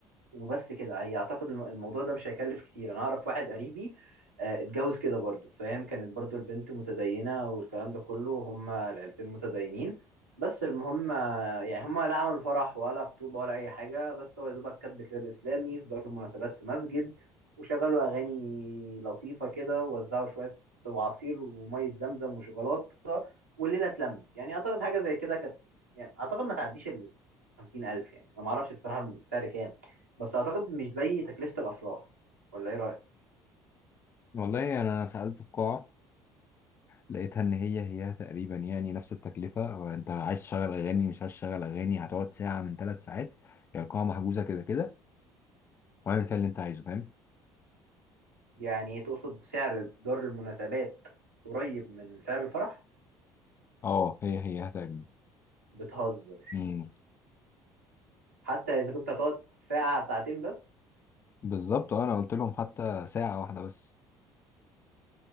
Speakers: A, on the right (about 85°); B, on the left (about 30°).
A: وبس كده هي اعتقد الم- الموضوع ده مش هيكلف كتير انا اعرف واحد قريبي آه، اتجوز كده برضو فاهم كانت برضو البنت متدينة والكلام ده كله هما العيلتين متدينين بس المهم آه، يعني هما لا عملوا فرح ولا خطوبة ولا أي حاجة بس هو يا دوبك كاتب كتاب إسلامي في دار المناسبات في مسجد وشغلوا أغاني لطيفة كده ووزعوا شوية وعصير ومية زمزم وشوكولاتة والليله اتلمت يعني اعتقد حاجه زي كده كانت يعني اعتقد ما تعديش ال 50000 يعني انا ما اعرفش الصراحه السعر كام بس اعتقد مش زي تكلفه الافراح ولا ايه رايك
B: والله أنا سألت في قاعة لقيتها ان هي هي تقريبا يعني نفس التكلفه هو انت عايز تشغل اغاني مش عايز تشغل اغاني هتقعد ساعه من ثلاث ساعات هي القاعه محجوزه كده كده واعمل فيها اللي انت عايزه فاهم
A: يعني تقصد سعر دار المناسبات قريب من سعر الفرح
B: اه هي هي تقريبا
A: بتهزر
B: امم
A: حتى اذا كنت هتقعد ساعه ساعتين بس
B: بالظبط آه، انا قلت لهم حتى ساعه واحده بس